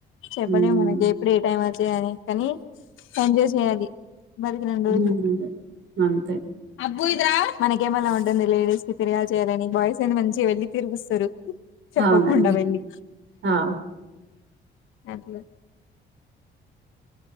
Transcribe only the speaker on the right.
హ్మ్
హ్మ్. అంతే
అవునండి.
ఆ